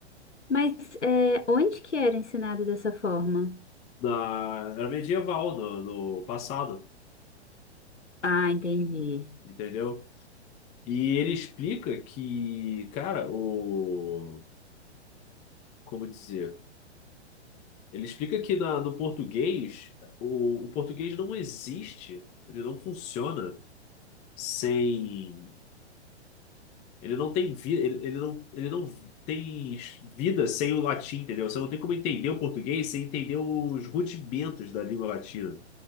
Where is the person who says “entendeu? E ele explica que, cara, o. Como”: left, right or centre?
Left